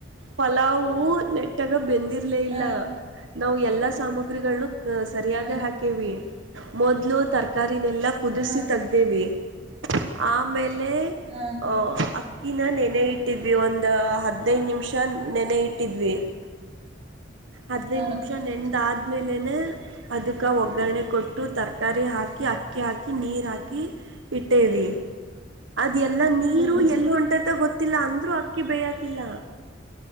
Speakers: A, on the right (about 80°); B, on the right (about 35°).
A: ಪಲವು ನೆಟ್ಟಾಗ ಬೆಂದಿರ್ಲೇ
B: ಹ
A: ಇಲ್ಲ ನಾವ್ ಎಲ್ಲ ಸಾಮಗ್ರಿಗಳನ್ನ. ಅ ಸರಿಯಾಗ್
B: ಹ
A: ಹಾಕೇವಿ ಮೊದ್ಲು ತರಕಾರಿನೆಲ್ಲ ಕುದ್ಸಿ
B: ಹ
A: ತಗ್ದೇವಿ. ಆಮೇಲೆ
B: ಹ
A: ಅಹ ಅಕ್ಕಿನ ನೆನೆ ಇಟ್ಟಿದ್ವಿ ಒಂದ. ಹದ್ನೈದ್ ನಿಮಿಷ ನೆನೆ ಇಟ್ಟಿದ್ವಿ ಹದ್ನೈದ್
B: ಹ
A: ನಿಮಿಷ ನೆನ್ದಾದ್ ಆದ್ಮೇಲೆನೆ ಅದಕ್ಕ ಒಗ್ಗರಣೆ ಕೊಟ್ಟು ತರ್ಕಾರಿ ಹಾಕ್ ಅಕಿ ಅಕ್ಕಿ ಹಾಕಿ ನೀರ ಹಾಕಿ ಇಟ್ಟೇವಿ. ಅದ್ ಎಲ್ಲ ನೀರು
B: ಹ್ಮ್
A: ಎಲ್ಲಿ ಹೊಂಟೆತ ಗೊತ್ತಿಲ್ಲ ಅಂದ್ರೂ ಅಕ್ಕಿ ಬೇಯಾತಿಲ್ಲ.